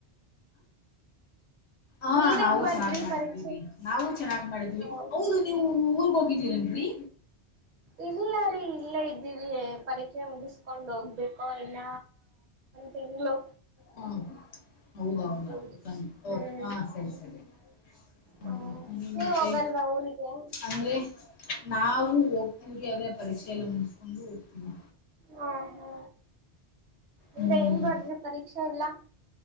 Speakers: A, on the left; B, on the right.
A: ಆ
B: ನೀವ್
A: ಹಾ ನಾವು
B: ಹೆಂಗ್ ಬರ್ದ್ರಿ
A: ಚೆನ್ನಾಗ್ ಮಾಡತವಿರಿ
B: ಪರೀಕ್ಷೆ
A: ನಾವು ಚೆನ್ನಾಗ್ ಮಾಡಿದೀವಿ
B: ಹ
A: ಹೌದು ನೀವು ಊರ್ಗ್ ಹೋಗಿದ್ದೀರೆನ್ರಿ
B: ಇಲ್ಲ ರೀ ಇಲ್ಲ ಇದ್ದೀವಿ ಪರೀಕ್ಷೆ ಮುಗಸ್ಕೊಂಡ್ ಹೋಗ್ಬೇಕು ಇಲ್ಲ ಸಿ <inaudible>
A: ಹ್ಮ ಹೌದ ಹೌದಾ
B: ಊರಿಗೆ
A: ಓ
B: ಹ್ಮ್
A: ಹಾ ಸರಿ ಸರಿ ಹ್ಮ
B: ಹ್ಮ್ ನೀವ್
A: ಮತ್ತೆ
B: ಹೋಗಲ್ವಾ ಊರಿಗೆ ಹ್ಮ
A: ಅಂದ್ರೆ ನಾವವು ಹೋಗ್ತೀವರಿ ಅದ್ರೇ ಪರಿ‌ಕ್ಷೆಲ್ಲ ಮುಗಿಸಿಕೊಂಡು ಹೋಗ್ತೀನಿ,
B: ಹಾ ಹಾ ಅಂದ್ರ
A: ಹ್ಮ್
B: ಹೆಂಗ ಬಾರದ್ರಿ ಪರೀಕ್ಷೆ ಎಲ್ಲಾ?